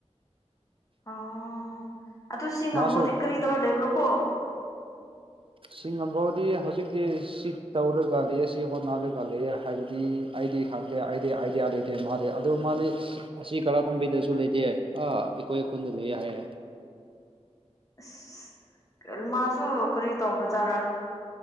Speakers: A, on the left (about 30°); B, on the right (about 50°).
A: ꯑꯣ ꯑꯗꯨ ꯁꯤ ꯉꯝꯃꯣꯗꯤ
B: ꯃꯥꯁꯨ
A: ꯀꯔꯤ ꯇꯧꯔ ꯂꯩꯕ꯭ꯔꯣꯀꯣ
B: ꯁꯤ ꯉꯝꯝꯕꯥꯎꯗꯤ ꯍꯧꯖꯤꯛꯇꯤ ꯁꯤ ꯇꯧꯔꯒ ꯂꯩꯌꯦ ꯁꯤ ꯍꯣꯠꯅꯔꯒ ꯂꯩꯔꯦ ꯍꯥꯏꯕꯗꯤ ꯑꯩꯗꯤ ꯈꯪꯗꯦ ꯑꯩꯗꯤ ꯑꯥꯏꯗꯤꯌꯥ ꯂꯩꯇꯦ ꯃꯥꯗꯤ ꯑꯗꯨ ꯃꯥꯗꯤ ꯑꯁꯤ ꯀꯂꯥ ꯇꯣꯝꯕꯤꯗꯁꯨ ꯂꯩꯇꯦ ꯑ ꯑꯩꯈꯣꯏ ꯈꯨꯟꯗ ꯂꯩꯌꯦꯦ ꯍꯥꯏꯌꯦꯦ
A: ꯑꯁ ꯃꯥꯁꯨ ꯀꯔꯤ ꯇꯧꯕꯖꯥꯔꯥ